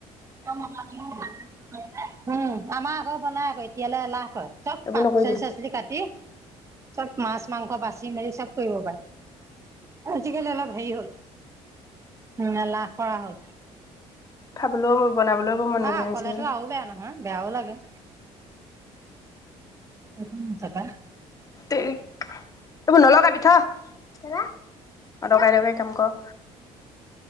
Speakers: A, on the right (about 20°); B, on the left (about 25°).
A: <unintelligible> উম আমাৰ আকৌ বনাই। এতিয়ালৈ এলাহ কৰে। চব
B: এইবোৰ
A: পাক,
B: নকৰিবি
A: পাচলি -চাচলি কাটি। চব মাছ মাংস বাচি মেলি চব কৰিব পাৰে আজিকালি অলপ হেৰি হ'ল। উ লাাপ। <unintelligible>
B: খাবলৈও। বনাবলৈও মন নোযোৱা
A: আহ
B: নিচিনা
A: কলেতো আৰু বেয়া নহয় বেয়াও লাগে। তাৰপৰা <unintelligible>
B: এইবোৰ নলগাবি থ অদৰকাৰী অদৰকাৰী কাম কৰ।